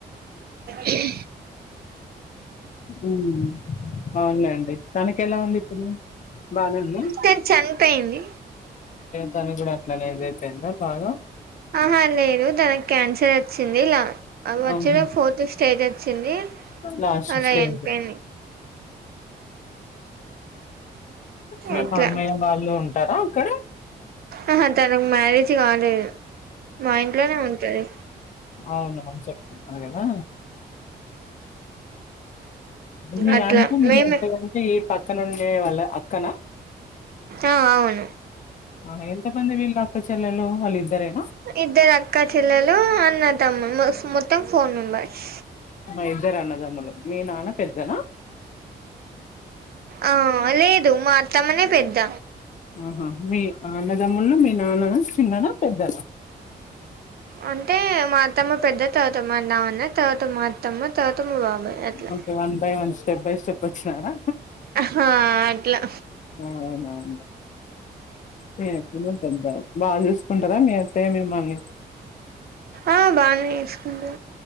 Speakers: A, on the right; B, on the left.
A: హు
B: మ్ అవును లేండి తనకి ఎలా ఉంది ఇప్పుడు బానే ఉంద
A: తను చనిపోయింది
B: తని కూడా అట్లనే ఇదైపోయిందా బాగా
A: ఆహా లేదు తనకు క్యాన్సర్ వచ్చింది ఇలా వచ్చ
B: ఆహా
A: ఫోర్త్ ఫిఫ్ స్టేజ్ వచ్చింది
B: లాస్ట్
A: అలా
B: స్టేజ్
A: చనిపోయింది
B: మీ
A: అట్లా
B: మామ్మయ్య వాళ్ళు ఉం టారా అక్కడ
A: ఆహా తనకు మ్యారేజ్ కాలే మా ఇంట్లనే ఉంటది
B: అవున <unintelligible> కదా మీ
A: అట్లా
B: అంటే మీ
A: మేమే
B: <unintelligible> అంటే ఈ పక్కనుండే వాళ్ళ అక్కనా
A: ఆ అవును
B: ఆహా ఎంత మంది విళ్ళు అక్క చెెళ్ళేల్లు వాళ్ళు ఇద్దరేనా
A: ఇద్దరు అక్క చెల్లలు అన్న తమ్ములు మొత్తం ఫోర్ మెంబర్స్
B: మా ఇద్దరు అన్నదమ్ములు మీ నాన్న పెద్దనా
A: ఆ లేదు మా అత్తమ్మా నే పెద్ద
B: ఆహా మీ అన్నదమ్ములు మీ నాన్న చిన్నద పెద్దద
A: అంటే మా అత్తమ్మ పెద్దది తర్వాత మ నాన్న తర్వాత మా అత్తమ్మ తర్వాత మా బాబాయ్ అట్లా
B: okay one by one step by step వచ్చినారా
A: ఆ అట్లా
B: అవునవు మీ అత్తమ్మ నే పెద్ద బాగా చూసుకుంటారా మీ అత్త య మీమల్ని
A: ఆ బానే చూసుకుంది